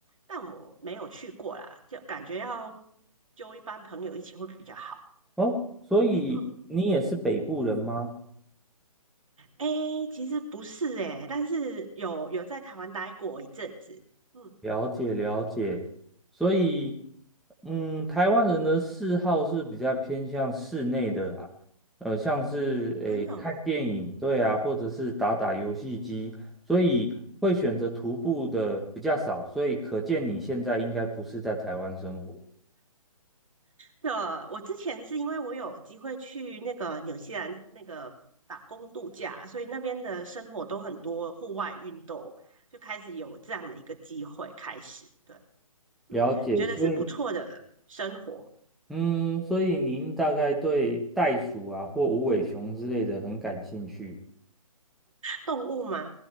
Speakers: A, on the right; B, in the centre.
A: 但我没有去过啦，就感觉要揪一班朋友一起会比较好。
B: 哦，所以你也是北部人吗？
A: 嗯，诶，其实不是诶，但是有有在台湾待过一阵子，嗯，
B: 了解了解，所以，嗯，台湾人的嗜好是比较偏向室内的啦，呃，像是诶看电影，
A: 真的哦。
B: 对啊，或者是打打游戏机，所以会选择徒步的比较少，所以可见你现在应该不是在台湾生活。
A: 的，我之前是因为我有机会去那个纽西兰那个打工度假，所以那边的生活都很多户外运动，就开始有这样的一个机会开始。对，嗯，
B: 了解，
A: 觉得是不错的生活。
B: 所以，嗯，所以您大概对袋鼠啊或无尾熊之类的很感兴趣，
A: 动物吗？